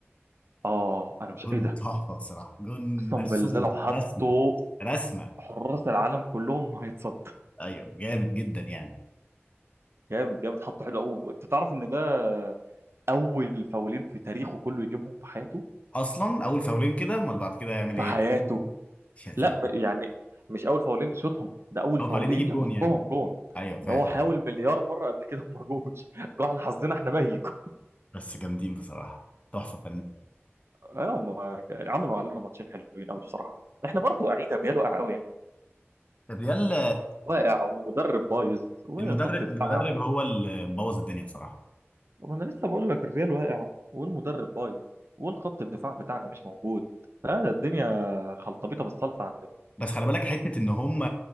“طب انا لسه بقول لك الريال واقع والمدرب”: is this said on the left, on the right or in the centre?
Right